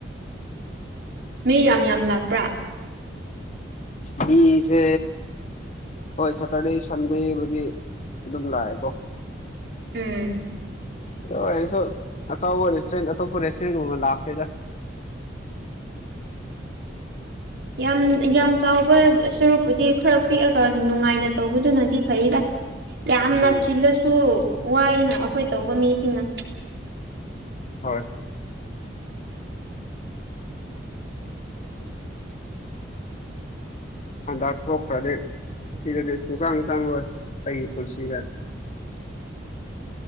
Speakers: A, on the right (about 65°); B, on the left (about 40°).
A: ꯃꯤ ꯌꯥꯝ ꯌꯥꯝ ꯂꯥꯛꯄ꯭ꯔꯥ
B: ꯃꯤꯁꯦ ꯍꯣꯏ ꯁꯦꯇꯔꯗꯦ ꯁꯟꯗꯦꯕꯨꯗꯤ ꯑꯗꯨꯝ ꯂꯥꯛꯑꯦꯀꯣ
A: ꯎꯝ
B: ꯑꯗ ꯑꯩꯩꯅꯁꯨ ꯑꯆꯧꯕ ꯔꯦꯁꯇꯨꯔꯦꯟ ꯑꯇꯣꯞꯄ ꯔꯦꯁꯇꯨꯔꯦꯟꯒꯨꯝꯕ ꯂꯥꯛꯇꯦꯗ
A: ꯌꯥꯝ ꯌꯥꯝ ꯆꯥꯎꯕ ꯁꯔꯨꯛꯄꯨꯗꯤ ꯈꯔ ꯄꯤꯛꯑꯒ ꯅꯨꯡꯉꯥꯏꯅ ꯇꯧꯕꯗꯨꯅꯗꯤ ꯐꯩꯗ ꯌꯥꯝꯅ
B: ꯎꯝ
A: ꯆꯤꯜꯂꯁꯨ ꯋꯥꯏꯌꯦꯅ ꯑꯩꯈꯣꯏ ꯇꯧꯕ ꯃꯤꯁꯤꯡꯅ
B: ꯍꯣꯏ ꯍꯟꯗꯛ ꯊꯣꯛꯈ꯭ꯔꯗꯤ ꯁꯤꯗꯗꯤ ꯁꯨꯡꯆꯥꯡ ꯆꯪꯔꯣꯏ ꯑꯩꯒꯤ ꯄꯨꯟꯁꯤꯁꯦ